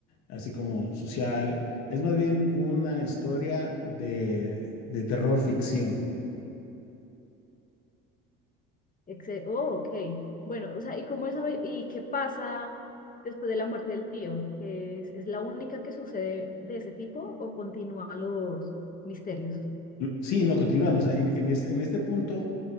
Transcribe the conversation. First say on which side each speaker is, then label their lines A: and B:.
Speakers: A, on the left; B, on the left.
A: así como social, es más bien una historia de, de terror ficción.
B: Exe- Oh, ok. Bueno, o sea, ¿y cómo desarroll- y qué pasa después de la muerte del tío? ¿Es, es la única que sucede de ese tipo o continúan los misterios?
A: L- Sí, no, continúan. o sea, en, en es- en este punto,